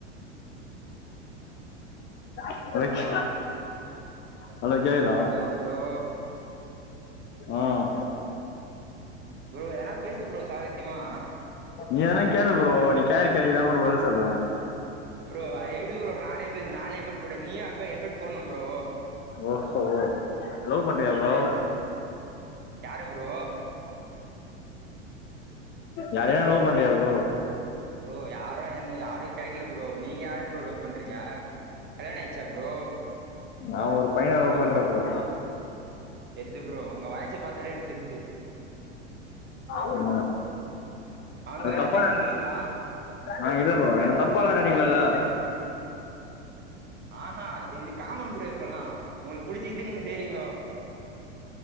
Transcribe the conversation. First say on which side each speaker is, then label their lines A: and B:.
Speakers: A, on the left; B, on the right.
A: வந்து ஹலோ கேக்குதா
B: ஹலோ ப்ரோ
A: ம்
B: ப்ரோ எதனா பேசு ப்ரோ சாவித்யமா
A: நீ எதனா கேளு ப்ரோ நீ கேக்ற கேள்வி எதா ஒரு பதில் சொல்லுவ
B: ப்ரோ அது எப்டி ப்ரோ நானே பேசு நானே எபெக்ட் போட்ட நீயு அப்ப எபெக்ட் போட்ணு ப்ரோ
A: ஓஹோ லவ் பண்றியா ப்ரோ
B: யார ப்ரோ
A: யாரையா லவ் பண்றியா ப்ரோ
B: ப்ரோ யாரு என்ன யாரு கெட்க்கில ப்ரோ நீங்க யார ப்ரோ லவ் பண்றீங்க கல்யாணொ ஆய்ச்சா ப்ரோ
A: நா ஒரு பையன லவ் பண்ற ப்ரோ
B: தெர்து ப்ரோ உங்க வாய்ஸ பாத்தாலே எனக் தெர்து
A: ம்
B: அவனுக்காகதா
A: தப்பா
B: பேசினுக்கிறீங்களா
A: நென ஆ இல்ல ப்ரோ என்ன தப்பால்ல நெனக்கெலல்ல
B: ஆஹ்ஹா அது இது காமன் ப்ரோ இப்பல்லா உங்களுக்கு புடிச்சிர்க்குது நீங்க செய்றீங்கோ